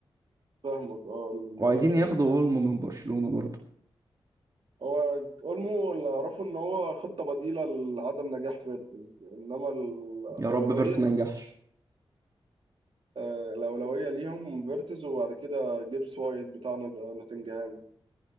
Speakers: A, on the right; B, on the right.
A: فاهمك اه
B: وعايزين ياخدوا اولمو من برشلونة برضه
A: هو اولمو اللي اعرفه ان هو خطه بديله لعدم نجاح فيرتز انما الاولويه
B: يا رب فيرس ما ينجحش
A: آه، الاولويه ليهم فيرتز وبعد كده جيبس وايت بتاع نوت- نوتنجهام